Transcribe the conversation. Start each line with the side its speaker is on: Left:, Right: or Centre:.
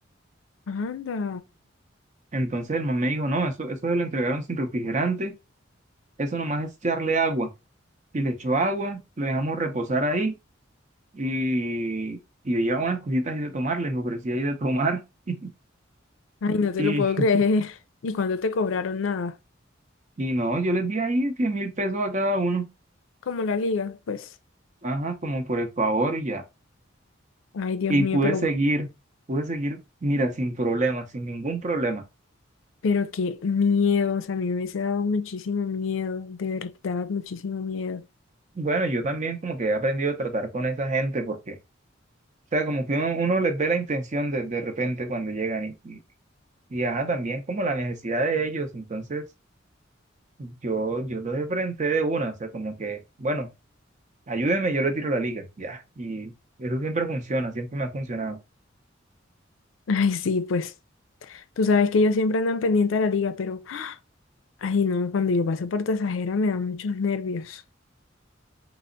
Left: Anda.
Right: Entonces el man me dijo, no, eso, eso se lo entregaron sin refrigerante, eso nomás es echarle agua. Y le echó agua, lo dejamos reposar ahí y, y yo llevaba unas cositas ahí de tomar, les ofrecía ahí de tomar. <laughs>
Left: Ay, no te
Right: Y,
Left: lo puedo creer. <laughs> ¿Y cuándo te cobraron nada?
Right: y no, yo les di ahí diez mil pesos a cada uno,
Left: Como la liga, pues.
Right: ajá, como por el favor y ya.
Left: Ay, Dios
Right: y
Left: mío,
Right: pude
Left: pero
Right: seguir, pude seguir, mira, sin problema, sin ningún problema.
Left: Pero qué miedo, o sea, a mí me hubiese dado muchísimo miedo, de verdad, muchísimo miedo.
Right: Bueno, yo también como que he aprendido a tratar con esa gente porque, o sea, como que uno, uno les ve la intención de, de repente cuando llegan y, y, y, ajá, también como la necesidad de ellos, entonces yo, yo los enfrenté de una, o sea, como que, bueno, ayúdenme, yo le tiro la liga, ya, y eso siempre funciona, siempre me ha funcionado.
Left: <laughs> Ay, sí, pues tú sabes que ellos siempre andan pendiente a la liga, pero, ay, no, cuando yo paso por Tasajera me dan muchos nervios.